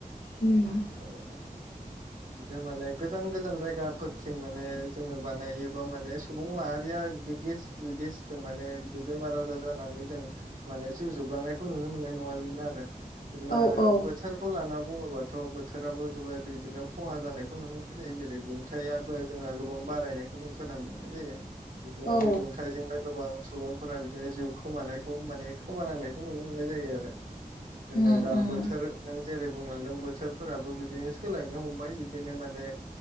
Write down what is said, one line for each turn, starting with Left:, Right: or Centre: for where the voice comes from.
Left: उम
Right: औ बिदि माने गोजान गोजान जायगा फोरथिं माने जोङो बानायोबा माने सुबुं माहारिया बिदि गेस गेसजों माने बिदि बेमार आजार जानानै जों माने जिउ जोबलांनाय खौ नुनो मोननाय नङामोन आरो बिदिनो
Left: औ
Right: आरो
Left: औ
Right: बोथोरखौ लाना बुङोबा थ' बोथोराबो जोबोद बिदिनो खहा जानायखौ नुनो मोननाय जायो जेरै दुंथायाबो जोङो गोबां बारायनाय खौ जों खोनानो मोननाय जायो। बिदिनो
Left: औ
Right: बे दुंथाइजोंनो गोबां सुबुंफोरा बिदिनो जिउ खोमानायखौ माने खोमानांनाय बे नुनो मोननाय जायो आरो बिदिनो
Left: उम
Right: दा
Left: उम
Right: बोथोर जेरै बुंलांदों बोथोरफोराबो बिदिनो सोलायनो हमबाय बिदिनो माने